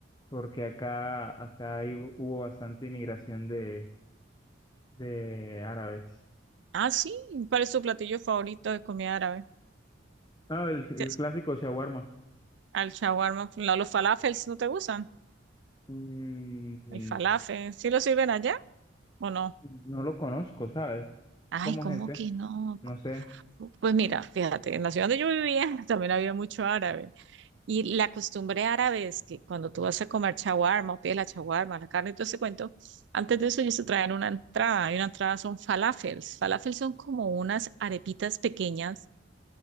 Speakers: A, on the left (about 20°); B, on the right (about 70°).
A: porque acá, acá hay- hubo bastante inmigración de, de árabes.
B: Ah, sí. ¿Cuál es tu platillo favorito de comida árabe?
A: Ah, el, el
B: ¿Qué es?
A: clásico shawarma.
B: Al shawarma, no, los falafels no te gustan.
A: Mm, mm,
B: El falafel, ¿sí lo sirven allá o no?
A: no lo conozco, ¿sabes?
B: Ay,
A: ¿Cómo
B: ¿cómo
A: es ese?
B: que no?
A: No sé.
B: Pues mira, fíjate, en la ciudad donde yo vivía <laughs> también había mucho árabe. Y la costumbre árabe es que cuando tú vas a comer shawarma, o pides la shawarma, la carne y todo ese cuento, antes de eso ellos te traen una entrada. Y una entrada son falafels. Falafels son como unas arepitas pequeñas